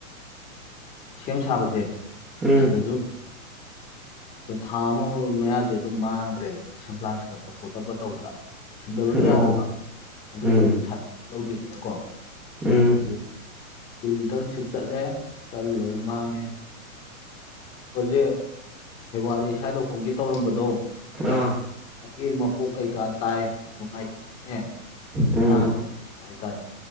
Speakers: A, on the left; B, in the centre.
A: ꯁꯦꯝ ꯁꯥꯕꯁꯦ
B: ꯎꯝ
A: ꯁꯤꯗꯁꯨ ꯑꯩꯈꯣꯏ ꯊꯥ ꯑꯃ ꯃꯌꯥꯗꯤ ꯑꯗꯨꯝ ꯃꯥꯡꯈ꯭ꯔꯦꯕ ꯅꯦꯁꯟ ꯄ꯭ꯂꯥꯟ ꯆꯒꯠꯄ ꯈꯣꯀꯠꯄ ꯇꯧꯕꯗ ꯁꯤꯟꯗꯕꯁꯨ
B: ꯑꯣ
A: ꯌꯥꯗꯕ ꯑꯗꯨꯁꯨ
B: ꯎꯝ
A: ꯂꯧꯗꯣꯏꯅꯤꯅꯀꯣ
B: ꯎꯝ
A: ꯑꯗꯨ ꯁ꯭ꯀꯨꯜ ꯏꯟꯇꯔꯟꯁꯤꯞ ꯆꯠꯂꯦ ꯆꯠꯂꯨ ꯂꯣꯏ ꯃꯥꯡꯉꯦ ꯂꯁꯦ ꯀ ꯁ꯭ꯋꯥꯗꯧꯈꯨꯝꯒꯤ ꯇꯧꯔꯝꯕꯗꯣ
B: ꯑꯥ
A: ꯒꯤ ꯃꯄꯣꯛ ꯀꯩꯀꯥ ꯇꯥꯏ ꯅꯨꯡꯉꯥꯏꯉꯥꯗ
B: ꯎꯝ
A: ꯍꯥꯏꯇꯥꯔꯦ